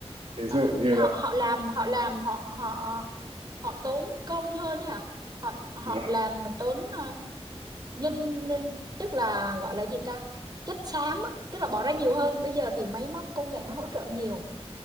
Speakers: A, on the right; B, on the right.
A: Ví
B: Đó,
A: dụ như
B: họ
A: là
B: họ làm họ làm họ họ họ tốn công hơn hả họ họ
A: là-
B: làm mà tốn ờ, nhân tức là gọi là gì ta chất xám á tức là bỏ ra nhiều hơn bây giờ thì máy móc công nghệ nó hỗ trợ nhiều